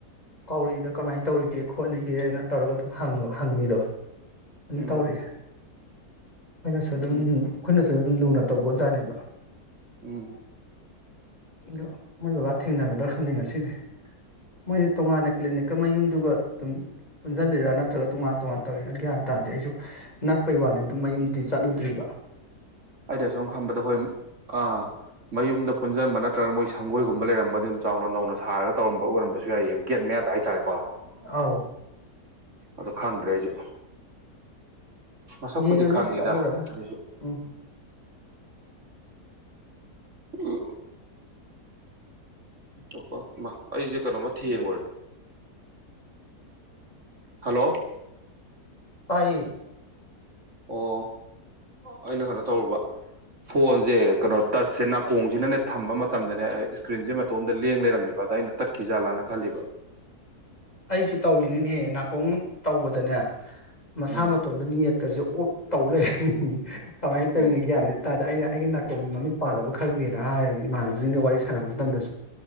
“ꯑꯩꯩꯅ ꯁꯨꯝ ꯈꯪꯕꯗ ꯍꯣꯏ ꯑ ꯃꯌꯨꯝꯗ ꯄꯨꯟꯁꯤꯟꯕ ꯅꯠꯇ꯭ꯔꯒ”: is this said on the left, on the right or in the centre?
Right